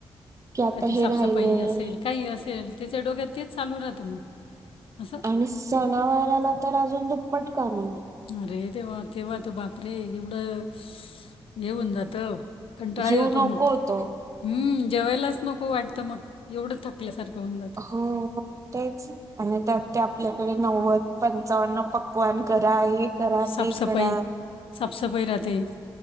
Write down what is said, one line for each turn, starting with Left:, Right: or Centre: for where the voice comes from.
Right: की आता
Left: काहीतरी
Right: हे
Left: साफ
Right: राहिलय
Left: सफाई असेल. काही असेल त्याच्या डोक्यात तेच चालू राहतं मग असं.
Right: आणि सणावराला तर अजून दुप्पट काम आहेत.
Left: अरे तेव्हा तेव्हा तर बाप रे एवढं स येऊन जातं कंटाळा
Right: जीव
Left: येतो
Right: नको
Left: मग.
Right: होतो
Left: ह जेवायलाच नको वाटतं मग एवढं थकल्यासारखं होऊन जातं.
Right: हो हो तेच आणि त्यात ते आपल्याकडे नव्वद पंचावन्न पक्वान करा हे. करा
Left: साफसफाई
Right: ते करा
Left: साफसफाई राहते,